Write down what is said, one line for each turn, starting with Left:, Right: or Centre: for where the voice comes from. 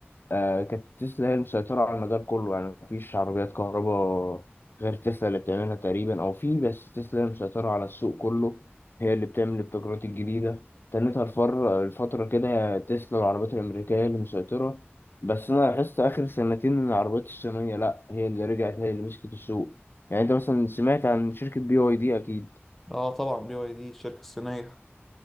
Left: آه كانت تسلا هي المسيطرة على المجال كله يعني مفيش عربيات كهرباء غير تسلا اللي بتعملها تقريبا أو في بس تسلا هي المسيطرة على السوق كله هي اللي بتعمل الابتكارات الجديدة تنتهى الفر الفترة كده هي تسلا والعربيات الأمريكية هي اللي مسيطرة بس أنا لاحظت آخر سنتين إن العربيات الصينية لأ هي اللي رجعت هي اللي مسكت السوق يعني أنت مثلا سمعت عن شركة بي واي دي أكيد
Centre: اه طبعا بي واي دي الشركة الصينية